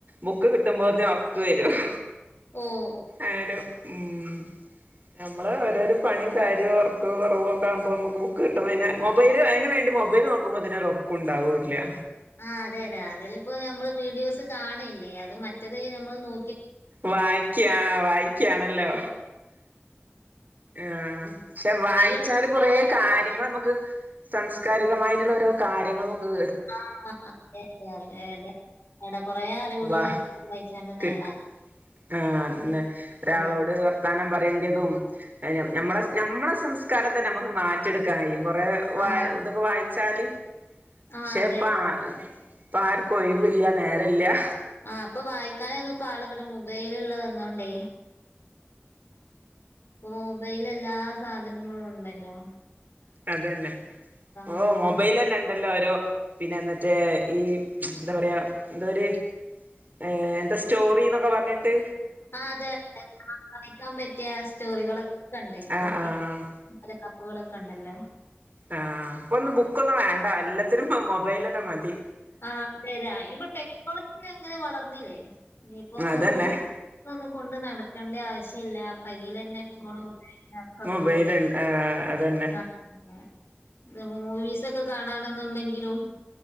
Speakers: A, on the right; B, on the left.
A: ബുക്ക് കിട്ട്മ്പോത്ത്ന് ഒർക്ക് വെരും
B: ഓഹ് ഒഹ്
A: ആരോ ഊം ഞമ്മെള് ഓരോരൊ പണിം കാര്യോം ഒർക്ക് കാെറവൊക്കാവ്മ്പോ മ്മെക്ക് ബുക്ക് കിട്ട്മ്പ പിന്നെ മൊബൈല് അയ്ന് വേണ്ടി മൊബൈൽ നോക്കുമ്പാെ തിന് ഒരാെറക്കുണ്ടാവുല്ല്യാ.
B: ആഹ് അതെ അതെ അതിലിപ്പോ ഞമ്മള് വീഡിയോസ് കാണ്ല്ലേ അത് മറ്റെത് ഞമ്മള് നോ
A: വായിക്ക്യ് ആഹ് വായിക്ക്യാണല്ലോ ആഹ് പക്ഷെ വായിച്ചാലും
B: മൊബൈല് കാണുമ്പോ
A: കാെറേ
B: നമ്മ-
A: കാര്യങ്ങളമുക്ക് സംസ്കാരികമായിട്ടുള്ള ഓരോ കാര്യങ്ങളമ്ക്ക്
B: ആഹ് അതെ അതെ അതെ അതെ നേടാ കൊറേ അറിവുകെള്
A: വാ
B: ഞ <unintelligible> ക്ക് വയ്ച്ചാണ്ട് നേടാ.
A: കിട്ടും ആഹ് അതെന്നെ ഒരാളോട്
B: അതെ
A: വർത്താനം പറ്യെണ്ട്യെതും എ ഞം ഞമ്മളെ ഞമ്മളെ സംസ്കാരം തന്നെ അമ്മക്ക് മാറ്റ്യെട്ക്കാം കയ്യും കൊറേ വായ്
B: ആഹ്
A: ഇതൊക്കെ വായ്ച്ചാല്
B: ആഹ്
A: ക്ഷെ
B: അതെ
A: ഇപ്പ
B: അതെ
A: ആഹ്
B: അതെ
A: ഇപ്പാര്ക്കും ഒഴ്‌വ്‌ല്ല്യാ നേരല്ല്യാ
B: ആഹ് പ്പൊ വായ്ക്കാനൊന്നും പ്പാെ ആള് കിട്ട് മുബൈല്ള്ളെ വെന്നോണ്ടേ. ഇപ്പൊ മൊബൈൽല് എല്ലാ സാധനങ്ങളുണ്ടല്ലോ
A: അതെന്നെ പ്പോ
B: പറ്റിയതും
A: മൊബൈൽലെന്നെണ്ടല്ലാെ ഓരോ പിന്നെ മറ്റേ ഈ എന്ത പറയാ എന്തോര് ഏഹ് എന്താ സ്റ്റോറിന്നൊക്കെ പർഞ്ഞിട്ട്
B: ആഹ് അതെ അതെ വായിക്കാം പറ്റ്യാ സ്റ്റോറികളൊക്കെണ്ട്
A: ആഹ്
B: മൊബൈല്
A: ആഹ്
B: <unintelligible> ലെ കപ്പ്കളൊക്കെണ്ടല്ലോ
A: ആഹ് ഇപ്പൊന്നും ബുക്കാെന്നും വേണ്ടാ എല്ലത്തിനും മൊബൈലെന്നെ മതി.
B: ആഹ് അതെ അതെ അയ്നിപ്പാെ ടെക്നോളെജി അങ്ങെനെ വളർന്നീലെ ഇനിയിപ്പോ
A: അതന്നെ
B: നമ്മള് ബു ക്കൊന്നും കൊണ്ട് നടക്കെണ്ട്യ ആവശ്യ ഇല്ലാ കയ്യിലെന്നെ ഫോണും ഞ്ഞതൊക്ക ക്
A: മുബൈൽണ്ട് ആഹ് അതെന്നെ
B: ആഹ് അതെ ത് മൂവീസാെക്കെ കാണാണ്ന്ന്ണ്ടെങ്കിലും